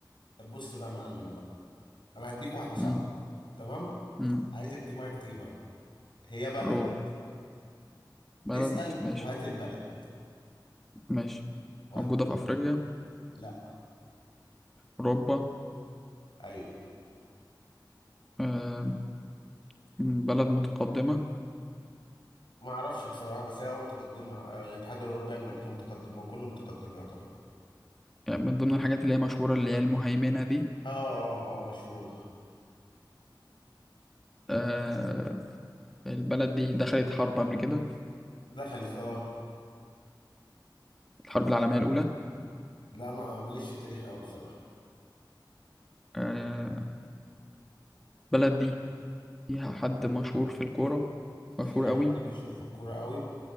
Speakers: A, on the left (about 85°); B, in the centre.
A: طب بص بقى يا معلم بقى انا هديك واحدة صعبة
B: مم.
A: تمام
B: مم.
A: عايزك دماغك تجيبها هي بلد
B: روح بلد
A: اسأل
B: ماشي
A: وهات البلد
B: ماشي
A: ودي
B: موجودة في أفريقيا
A: لا
B: أوروبا
A: ايوه
B: آم، بلد متقدمة
A: ما اعرفش بصراحة بس هي اه متقدمة آه، الاتحاد الاوروبي اغلبيته متقدمة وكله متقدم يعتبر
B: يعني من ضمن الحاجات اللي هي مشهورة اللي هي المهيمنة دي
A: اه اه اه مشهورة
B: آه، البلد دي دخلت حرب قبل كده
A: دخلت اه
B: الحرب العالمية الأولى
A: لا ما ماليش في التاريخ قوي بصراحة
B: آه، البلد دي فيها حد مشهور في الكورة
A: فيها
B: مشهور
A: حد
B: قوي
A: مشهور في الكورة قوي